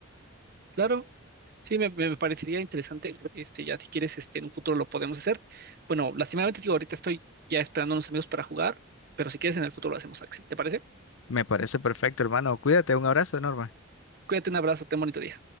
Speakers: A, on the right; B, on the left.
A: Claro, sí, me, me parecería interesante. Este, ya si quieres, este, en un futuro lo podemos hacer. Bueno, lastimadamente digo, ahorita estoy ya esperando a unos amigos para jugar, pero si quieres, en el futuro lo hacemos, Axel. ¿Te parece?
B: Me parece perfecto, hermano. Cuídate. Un abrazo enorme.
A: Cuídate, un abrazo, ten bonito día.